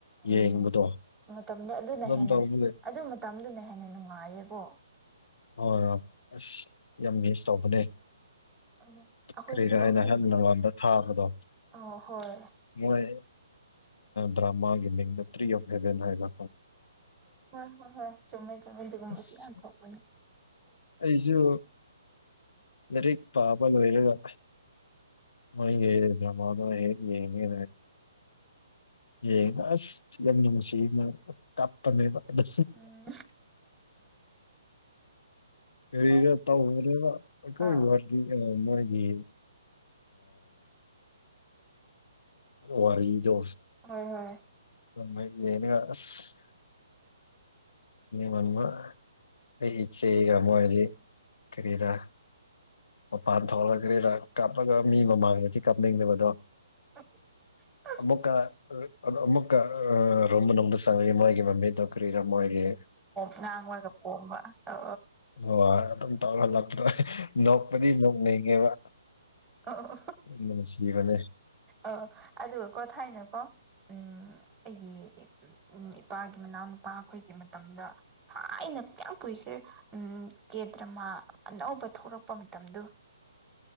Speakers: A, on the right (about 15°); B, on the left (about 70°).
A: ꯎꯝ
B: ꯌꯦꯡꯕꯗꯣ
A: ꯃꯇꯝꯗ ꯑꯗꯨꯅ
B: ꯑꯗꯨꯝ
A: ꯍꯦꯟꯅ
B: ꯇꯧꯕ
A: ꯑꯗꯨ ꯃꯇꯝꯗꯨꯅ ꯍꯦꯟꯅ ꯅꯨꯡꯉꯥꯏꯌꯦꯀꯣ
B: ꯍꯣꯏ ꯍꯣꯏ ꯑꯁ ꯌꯥꯝ ꯃꯤꯁ ꯇꯧꯕꯅꯦ
A: ꯑꯗꯨꯅꯦ ꯑꯩꯈꯣꯏꯁꯨ
B: ꯀꯔꯤꯔꯣ ꯍꯥꯏꯅ
A: ꯑꯩꯈꯣꯏꯒꯤ
B: ꯑꯍꯟ ꯅꯉꯟꯗ ꯊꯥꯕꯗꯣ
A: ꯑ ꯍꯣꯏ
B: ꯃꯣꯏ ꯗ꯭ꯔꯃꯥꯒꯤ ꯃꯤꯡꯅꯇ꯭ꯔꯤ ꯑꯣꯐ ꯍꯦꯚꯦꯟ ꯍꯥꯏꯕ
A: ꯍꯣꯏ ꯍꯣꯏ ꯍꯣꯏ ꯆꯨꯝꯃꯦ ꯆꯨꯝꯃꯦ ꯑꯗꯨꯒꯨꯝꯕꯁꯨ
B: ꯑꯁ
A: ꯌꯥꯝ ꯊꯣꯛꯄꯅꯤ
B: ꯑꯩꯁꯨ ꯂꯥꯏꯔꯤꯛ ꯄꯥꯕ ꯂꯣꯏꯔꯒ ꯃꯣꯏꯒꯤ ꯗꯔꯃꯥ ꯗꯣ ꯍꯦꯛ ꯌꯦꯡꯉꯦ꯫ ꯌꯦꯡꯉꯦ ꯑꯁ ꯌꯥꯝ ꯅꯨꯡꯁꯤꯕꯅꯦ ꯀꯥꯞꯄꯅꯦꯕ ꯑꯗꯨ
A: ꯎꯝ
B: ꯀꯔꯤꯒ
A: ꯍꯥꯏ
B: ꯇꯧꯕꯅꯦꯕ ꯑꯩꯈꯣꯏ
A: ꯑꯥ ꯑꯥ
B: ꯃꯣꯏꯒꯤ ꯋꯥꯔꯤꯗꯣ
A: ꯍꯣꯏ ꯍꯣꯏ
B: <unintelligible> ꯃꯝꯃ ꯑꯩ ꯏꯆꯦꯒ ꯑꯃ ꯍꯥꯏꯗꯤ ꯀꯔꯤꯔꯥ ꯃꯄꯥꯟ ꯊꯣꯛꯂꯛꯂꯒ ꯀꯥꯞꯂꯒ ꯃꯤ ꯃꯃꯥꯡꯗꯗꯤ ꯀꯥꯞꯅꯤꯡꯗꯕꯗꯣ
A: <inaudible>
B: ꯑꯃꯨꯛꯀ ꯑꯃꯨꯛꯀ ꯑ ꯔꯨꯝ ꯃꯅꯨꯡꯗ ꯆꯥꯡꯉꯥꯗꯤ ꯃꯣꯏꯒꯤ ꯃꯃꯤꯗꯣ ꯀꯔꯤꯅꯣ ꯃꯣꯏꯒꯤ
A: ꯉꯥꯡꯉꯒ ꯄꯣꯝꯕꯗꯣ
B: ꯍ ꯑꯗꯨꯝ ꯇꯧꯔ ꯍꯜꯂꯛꯄꯗꯣ ꯅꯣꯛꯄꯗꯤ ꯅꯣꯛꯅꯩꯒꯦꯕ
A: ꯑꯣ
B: ꯅꯨꯡꯁꯤꯕꯅꯦ
A: ꯑ ꯑꯗꯨꯒꯀꯣ ꯊꯥꯏꯅꯀꯣ ꯎꯝ ꯑꯩꯒꯤ ꯎꯝ ꯏꯄꯥꯒꯤ ꯃꯅꯥꯎ ꯅꯨꯨꯄꯥ ꯑꯩꯈꯣꯏꯒꯤ ꯃꯇꯝꯗ ꯊꯥꯏꯅ ꯀꯌꯥꯝ ꯀꯨꯏꯈ꯭ꯔꯦ ꯎ ꯀꯦꯗ꯭ꯔꯃꯥ ꯑꯅꯧꯕ ꯊꯣꯛꯂꯛꯄ ꯃꯇꯝꯗꯣ